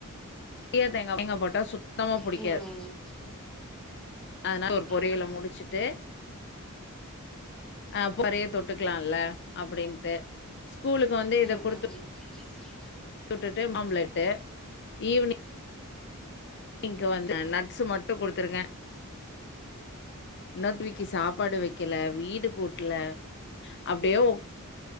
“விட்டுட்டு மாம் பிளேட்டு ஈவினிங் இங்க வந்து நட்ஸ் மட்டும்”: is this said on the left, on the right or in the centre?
Left